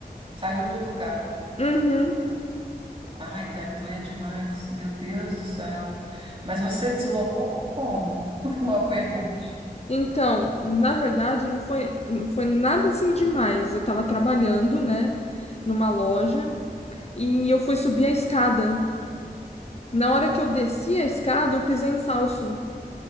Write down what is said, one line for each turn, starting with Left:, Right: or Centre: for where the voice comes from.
Right: Saiu do lugar.
Left: Uhum.
Right: Ai, deve doer demais. Meu Deus do céu. Mas você deslocou como? <laughs> Mal pergunte.
Left: Então, na verdade, não foi, não foi nada assim demais. Eu tava trabalhando, né, numa loja, e eu fui subir a escada. Na hora que eu desci a escada, eu pisei em falso.